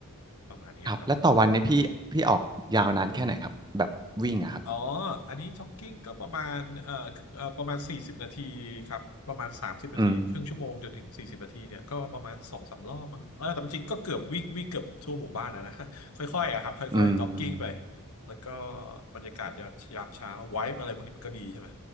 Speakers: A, on the left; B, on the right.
A: ประมาณเนี้ยครับ
B: ครับแล้วต่อวันเนี่ยพี่พี่ออกยาวนานแค่ไหนครับแบบวิ่งอะครับ
A: อ๋ออันนี้จ็อกกิ้งก็ประมาณเอ่อเอ่อประมาณสี่สิบนาทีครับ ประมาณสามสิบนาทีครึ่งชั่วโมงจนถึงสี่สิบนาทีเนี่ยก็ประมาณสองสามรอบมั้งเออแต่จริงๆก็เกือบวิ่งวิ่งเกือบทั่วหมู่บ้านนะนะ
B: อืม
A: <laughs> ค่อยๆอะครับค่อยๆจ็อกกิ้งไป
B: อืม
A: แล้วก็บรรยากาศยามยามเช้าไวบ์อะไรพวกนี้มันก็ดีใช่ไหม